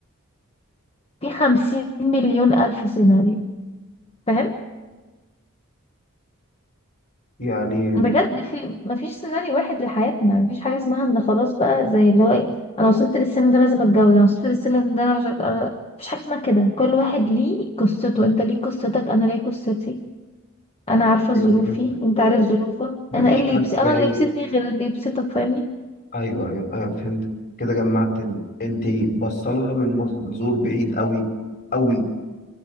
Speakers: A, on the left; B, on the left.
A: في خمسين مليون الف سيناريو فاهم
B: يعني
A: بجد في مفيش سيناريو واحد لحياتنا مفيش حاجة اسمها ان خلاص بقى زي اللي هو ايه انا وصلت للسن ده لازم اتجوز انا وصلت للسن ده انا مش هت- مفيش حاجة اسمها كده كل واحد ليه قصته انت ليك قصتك انا ليا قصتي انا عارفه ظروفي
B: أيوه فهمت
A: انت عارف ظروفك
B: مفيش
A: انا ايه اللي
B: حد
A: يبس... انا
B: يعني
A: اللي يبسطني غير اللي يبسطك فاهمني
B: أيوه أيوه أيوه فهمت كده جمعت إن- أنت بصلها من منظور بعيد أوي أوي